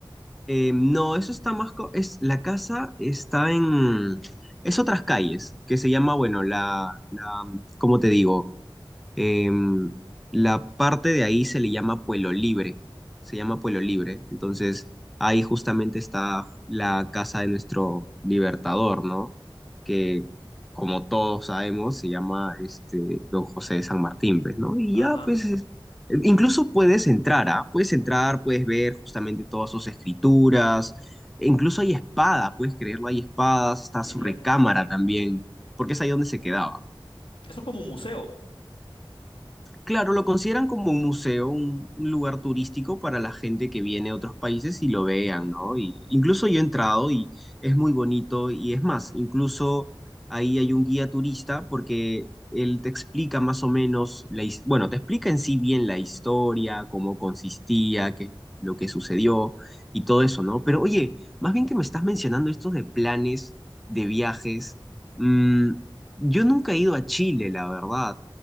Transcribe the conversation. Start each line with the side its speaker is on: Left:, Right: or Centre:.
Centre: Eh, no, eso está más... co- Es, la casa está en... Es otras calles, que se llama, bueno, la, la, ¿cómo te digo? Eh, la parte de ahí se le llama Pueblo Libre, se llama Pueblo Libre. Entonces, ahí justamente está la casa de nuestro libertador, ¿no? Que, como todos sabemos, se llama este Don José de San Martín, pues, ¿no? Y
Left: Ajá,
Centre: ya, pues, es- incluso puedes entrar, ¿ah? Puedes entrar, puedes ver justamente todas sus escrituras. E Incluso hay espada, puedes creerlo, hay espadas, está
Left: genial.
Centre: su recámara también, porque es ahí donde se quedaba.
Left: Eso es como un museo. O
Centre: Claro, lo consideran como un museo, un un lugar turístico para la gente que viene de otros países y lo vean, ¿no? Y incluso yo he entrado y es muy bonito y es más, incluso ahí hay un guía turista porque él te explica más o menos, la, his- bueno, te explica en sí bien la historia, cómo consistía, qué lo que sucedió y todo eso, ¿no? Pero oye, más bien que me estás mencionando estos de planes, de viajes, mm, yo nunca he ido a Chile, la verdad.